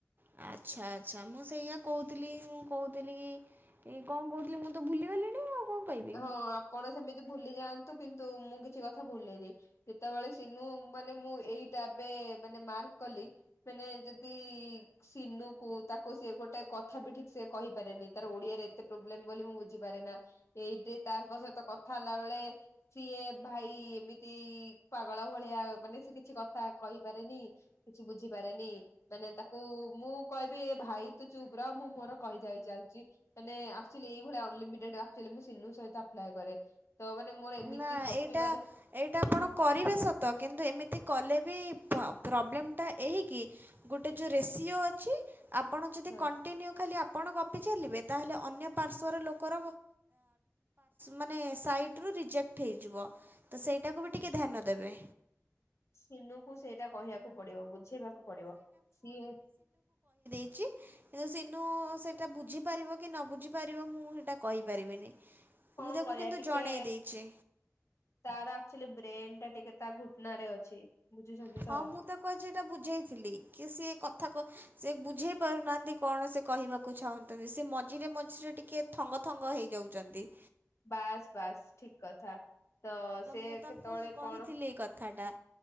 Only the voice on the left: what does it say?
ହଁ ଆପଣ ସେମିତି ଭୁଲି ଯାଆନ୍ତୁ କିନ୍ତୁ ମୁଁ କିଛି କଥା ଭୁଲିନି ଯେତେବେଳେ ସିନୁ ମାନେ ମୁଁ ଏଇଟା ଏବେ ମାନେ ମାର୍କ କଲି ମାନେ ଯଦି ସିନୁ କୁ ତାକୁ ସି ଗୋଟେ କଥା ବି ଠିକ୍ ସେ କହିପାରେନି ତାର ଓଡିଆରେ ଏତେ ପ୍ରୋବ୍ଲେମ ବୋଲି ମୁଁ ବୁଝିପାରେ ନା। ଏଇଠି ତାଙ୍କ ସହିତ କଥା ହେଲା ବେଳେ ସିଏ ଭାଇ ଏମିତି ପାଗଳ ଭଳିଆ ମାନେ ସେ କିଛି କଥା କହିପାରେନି କିଛି ବୁଝିପାରେନି ମାନେ ତାକୁ ମୁଁ କହିବି ଭାଇ ତୁ ଚୁପ୍ ରହ ମୁଁ ମୋର କହି ଚାଲିଛି ମାନେ ଆଚୁଲି ଏଇଭଳିଆ ଅନଲିମିଟେଡ ମୁଁ ସିନୁ ସହିତ ଆପ୍ଲାଏ କରେ ତ ମାନେ ମୋର ଏମିତି
ଗପିବାରେ
ହଁ
ସିନୁକୁ ସେଇଟା କହିବାକୁ ପଡିବ ବୁଝେଇବାକୁ ପଡିବ ସିଏ
କଣ
କରିବା
ଟିକେ
ତାର ଆକ୍ଚୁଲି ବ୍ରେନ ଟା ଟିକେ ତା ଘୁଟନା ରେ ଅଛି। ବୁଝୁଛନ୍ତି
ତ
ବାସ୍ ବାସ୍ ଠିକ କଥା।
ସେ
କେତେବେଳେ
କଣ